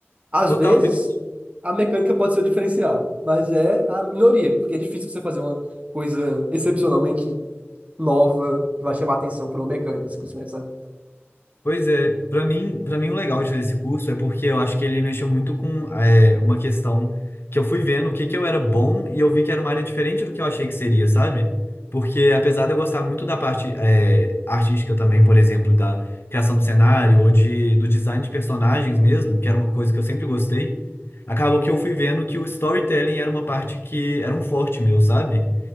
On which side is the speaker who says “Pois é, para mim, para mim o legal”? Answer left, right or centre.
Left